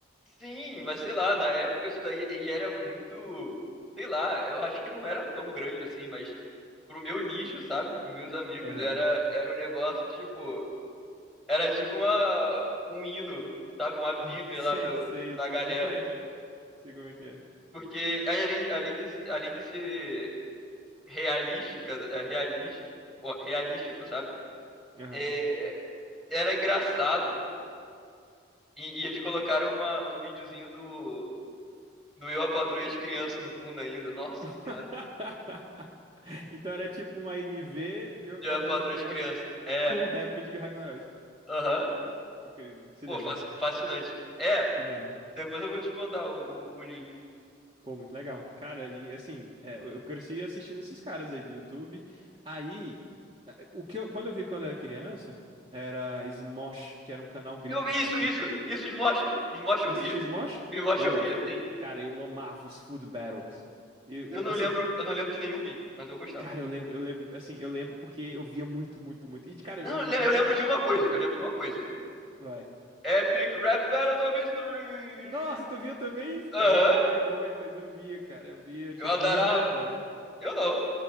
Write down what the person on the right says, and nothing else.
Aham.
Ah, <laughs> sei,
sei, eu
sei,
sei como é que é. Sei como é que é.
Aham.
<laughs>
Então era tipo um AMV de
Patrulha
das Crianças
com rap de Ragnarok.
Incrível. Cinema.
Cinema.
Pô, muito legal. Cara, e assim, é, eu eu cresci assistindo esses caras aí do YouTube. Aí, eh, o que eu- quando eu vi quando eu era criança, era Smosh, que era um canal gringo.
Acho que
Tu
assistiu Smosh?
Pô,
a-
cara, eu amava os Food Battles. Eu,
eu,
assim,
cara, eu lembro, eu lembro, assim, eu lembro porque eu via muito, muito, muito. E, cara, eu,
eu gostava.
Vai.
Nossa, tu via também isso, cara?
Eu tinha
vergonha, mas eu via, cara, eu via, eu tinha,
morri de vergonha.